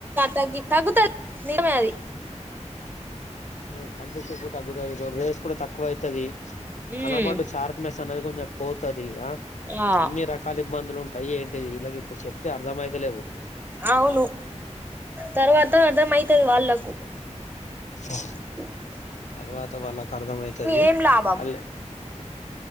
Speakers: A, on the right (about 15°); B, on the left (about 75°).
A: తగ్గి తాగుతాది నిజమే అది
B: హ్మ కంటి చూపు తగ్గుతాది రేస్ కూడా తక్కువ అయితది
A: ఉమ్
B: కనపడు షార్ప్నెస్ అనేది కొంచెం పోతాది ఆ
A: ఆ
B: అన్ని రకాల ఇబ్బందులు ఉంటాయి ఏంటిది ఇలాగ ఇప్పుడు చెప్తే అర్థమై తేలేవు
A: అవును తర్వాత అర్ధమై త్ వాళ్ళకు
B: ఆ
A: అ
B: తర్వాత వాళ్ళకు అర్థం అయితది
A: ఏం లాభం
B: అ